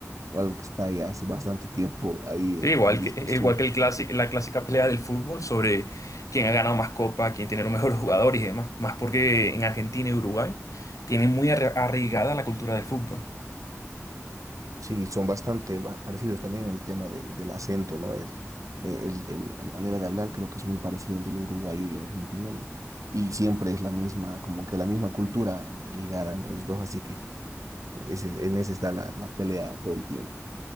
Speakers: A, on the right; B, on the left.
A: o algo que está ya hace bastante tiempo ahí
B: Sí,
A: en,
B: igual
A: en discusión.
B: que, e, igual que el clasi- la clásica pelea del fútbol sobre quién ha ganado más copa, quién tiene los mejores jugadores y demás. Más porque en Argentina y Uruguay tienen muy arra- arraigada la cultura del fútbol.
A: Sí, son bastante ba- parecidos también en el tema del, del acento, ¿no? Es, eh, el, el- la manera de hablar creo que es muy parecida entre el uruguayo y el argentino y, y siempre es la misma, como que la misma cultura eh, ligada entre los dos, así que ese, en ese está la, la pelea todo el tiempo.